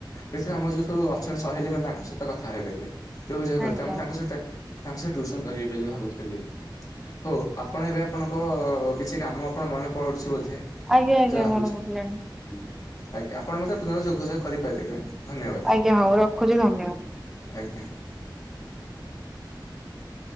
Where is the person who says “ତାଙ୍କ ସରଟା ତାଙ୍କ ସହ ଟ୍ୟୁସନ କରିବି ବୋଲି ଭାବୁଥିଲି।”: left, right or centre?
Left